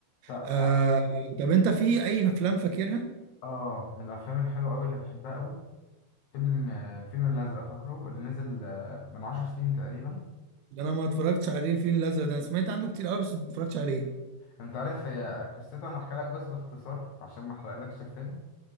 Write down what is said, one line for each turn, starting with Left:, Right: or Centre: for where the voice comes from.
Left: تا-
Right: آه
Left: اه
Right: طب انت في اي افلام فاكرها
Left: آه، من الافلام الحلوه قوي اللي بحبها قوي فيلم آه، الفيل الازرق فاكره اللي نزل آه، من عشر سنين تقريبا
Right: ده انا ما اتفرجتش عليه الفيل الازرق ده انا سمعت عنه كتير قوي بس ما اتفرجتش عليه
Left: انت عارف هي قصته انا احكي لك بس باختصار عشان ما احرقلكش الفيلم